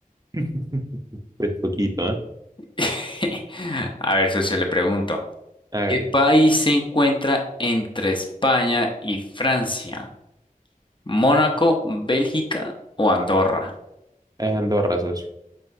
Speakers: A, on the right; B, on the left.
A: <laughs> Pues poquito, ¿eh?
B: <laughs> A ver, socio, le pregunto.
A: Hágale.
B: ¿Qué país se encuentra entre España y Francia? ¿Mónaco, Bélgica o Andorra?
A: Es Andorra, socio.